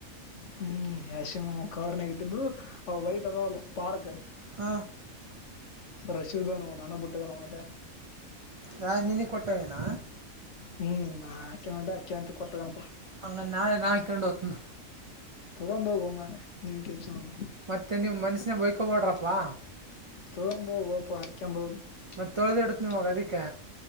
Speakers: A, on the left; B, on the right.
A: ಹ್ಮ್ ಯಶನ್ ಕವರ್ನಾಗ ಇಟ್ಟಿದ್ದು ವೈಟ್ ಅದಲ್ಲ ಸ್ಪಾರ್ಕ್.
B: ಹ.
A: ರಶಿವಗ <unintelligible> ನಾನ ಬುಟ್ಟಗ ನೋ ಅದ.
B: ಯಾರ್ ನಿನಗ ಕೊಟ್ಟ ಹೋಗ್ಯಾನ.
A: ಹ್ಮ್ ನಾಕ ಯಾಕೆಂತ ಕೊಟ್ಟ ಹೋಗ್ಯಾನಪ್ಪ.
B: ಅವನ ನಾಳೆ ನಾ ಹಾಕೊಂಡ್ ಹೋಗ್ತೇನ.
A: ತಗೊಂಡಂದು ಹೊಗೊ ಮಾರಾಯ <unintelligible>
B: ಮತ್ತೆ ನೀವ ಮನಸನ್ಯಾಗ ಬೈಕೊಬೋಡ್ರಪ್ಪಾ.
A: ತೊಂದ ಹೋಗೋ ಪಾ ಹಾಕೆಂದ ಹೋಗ.
B: ಮತ್ತ ತೊಳದ ಇಡ್ತೇನ ಇವಾಗ ಅದಕ್ಕೆ.